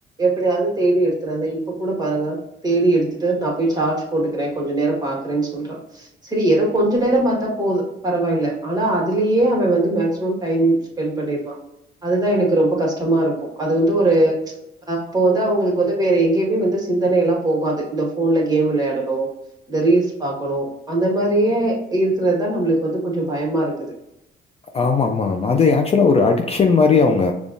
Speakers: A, on the right; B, on the left.
A: எப்டியாவது தேடி எடுத்துறேன் இப்ப கூட பாருங்க தேடி எடுத்துட்டு நான் போய் சார்ஜ் போட்டுக்கிறேன் கொஞ்சம நேரம் பாக்குறேன்னு சொல்றான் செரி ஏதோ கொஞ்ச நேரம் பாத்தா போ பரவாயில்ல ஆனா அதுலயே அவ வந்து மேக்சிமம் டைம் ஸ்பெண்ட் பண்ணிருவான் அதுதான் எனக்கு ரொம்ப கஷ்டமா இருக்கும் அது வந்து ஒரு ஹ அப்போ வந்து அவுங்களுக்கு வந்து வேற எங்கேயுமே வந்து சிந்தனைய எல்லாம் போகாது இந்த போன்ல கேம் விளையாடணும் இந்த ரீல்ஸ் பாக்கணும் அந்த மாரியே இருக்கறது தா நம்மளுக்கு வந்து கொஞ்ச பயமா இருக்குது
B: ஆமா-ஆமா அது ஆக்சுவலா ஒரு அடிக்ஷன் மாதிரி அவுங்க